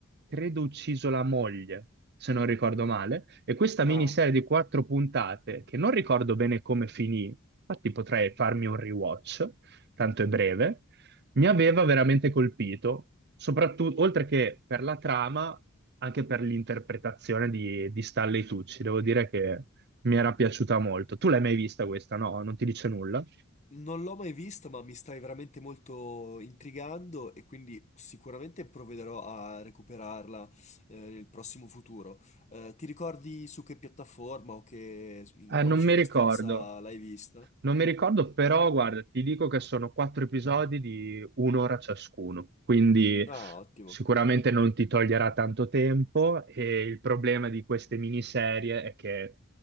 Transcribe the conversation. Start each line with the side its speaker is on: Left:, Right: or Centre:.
Right: credo, ucciso la moglie, se non ricordo male. E questa miniserie
Left: Ah.
Right: di quattro puntate, che non ricordo bene come finì, infatti potrei farmi un rewatch, tanto è breve, mi aveva veramente colpito, soprattutto, oltre che per la trama, anche per l'interpretazione di, di Stanley Tucci. Devo dire che mi era piaciuta molto. Tu l'hai mai vista questa? No, non ti dice nulla?
Left: Non l'ho mai visto, ma mi stai veramente molto intrigando e quindi sicuramente provvederò a recuperarla eh, nel prossimo futuro. Eh, ti ricordi su che piattaforma o che, in
Right: Eh,
Left: quale
Right: non
Left: circostanza
Right: mi ricordo.
Left: l'hai vista?
Right: Non mi ricordo, però guarda, ti dico che sono quattro episodi di un'ora ciascuno, quindi
Left: Ah, ottimo.
Right: sicuramente non ti toglierà tanto tempo e il problema di queste miniserie è che